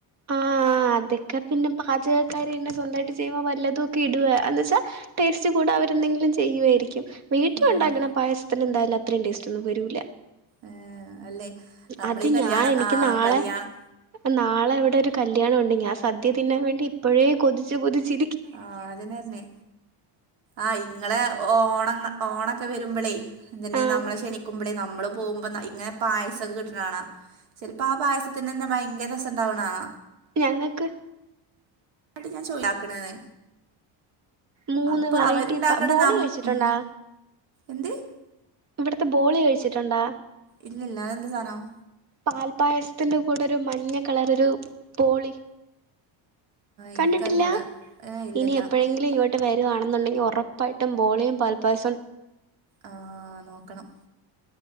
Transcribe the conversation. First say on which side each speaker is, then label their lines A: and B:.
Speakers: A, on the right (about 35°); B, on the right (about 85°).
A: ആഹ് അതൊക്കെ പിന്നെ പാചകക്കാരന്നെ സ്വന്തമായിട്ട് ചെയ്യുമ്പോ വല്ലതുമൊക്കെ ഇടുക എന്ന് വെച്ചാ ടേസ്റ്റ് കൂടാൻ അവരെന്തെങ്കിലും ചെയ്യുവായിരിക്കും വീട്ടിലുണ്ടാക്കുന്ന
B: ആഹ്
A: പായസത്തിന് എന്തായാലും അത്രയും ടേസ്റ്റ് ഒന്നും വരൂല്ല
B: ഏഹ് അല്ലേ നമ്മളീ
A: അത്
B: കല്യാണം
A: ഞാൻ എനിക്ക്
B: ആഹ്
A: നാളെ
B: കല്യാണം
A: നാളെ ഇവിടെ ഒരു കല്യാണം ഉണ്ട് ഞാൻ സദ്യ തിന്നാൻ വേണ്ടി ഇപ്പഴേ കൊതിച്ചു കൊതിച്ചി
B: ആഹ് അതിനന്നെ ആഹ് ഇത്ങ്ങളെ ഓണം ഓണൊക്കെ വരുമ്പോളേ പിന്നെ
A: ആഹ്
B: നമ്മളെ ക്ഷണിക്കുമ്പോളേ നമ്മളും പോകുമ്പോ ഇങ്ങനെ പായസം കിട്ടണ കാണാം ചിലപ്പോ ആഹ് പായസത്തെനന്നെ ഭയങ്കര രസണ്ടാവണ ആണ
A: ഞങ്ങൾക്ക്
B: എന്നട്ട് ഞാൻ ചോദി ഇണ്ടാക്കണെന്
A: മൂന്ന്
B: അപ്പൊ
A: വെറൈറ്റി
B: അവരുണ്ടാക്കണം
A: ബോളി
B: നം
A: കഴിച്ചിട്ടുണ്ടാ
B: ഉം എന്തേ
A: ഇവിടത്തെ ബോളി കഴിച്ചിട്ടുണ്ടോ
B: ഇല്ലില്ല അതെന്ത്‌ സാനം
A: പാൽപ്പായസത്തിന്റെ കൂടെ ഒരു മഞ്ഞ കളർ ഒരു ബോളി കണ്ടിട്ടില്ല
B: എനിക്കറിഞ്ഞൂടാ ഏ ഇല്ലില്ല
A: ഇനി എപ്പോഴെങ്കിലും ഇ ങ്ങട്ട് വരുവാണെന്നുണ്ടെങ്കിൽ ഉറപ്പായിട്ടും ബോളിയും പാൽപ്പായസം
B: ആഹ് നോക്കണം